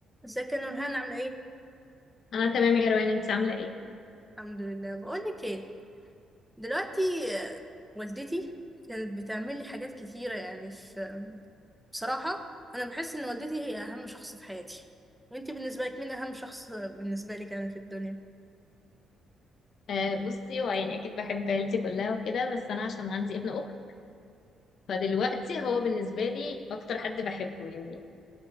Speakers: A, in the centre; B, on the left.
A: ازيك يا نورهان عاملة ايه؟
B: انا تمام يا روان انت عامله ايه
A: الحمد لله بقولك ايه دلوقتي آه، والدتي كانت بتعمل لي حاجات كتيرة يعني في بصراحة أنا بحس إن والدتي هي أهم شخص في حياتي وانتي بالنسبة لك مين أهم شخص بالنسبة لك يعني في الدنيا؟
B: آه بصي هو يعني اكيد بحب عيلتي كلها وكده بس انا عشان عندي ابن اخت فدلوقتي هو بالنسبه لي اكتر حد بحبه يعني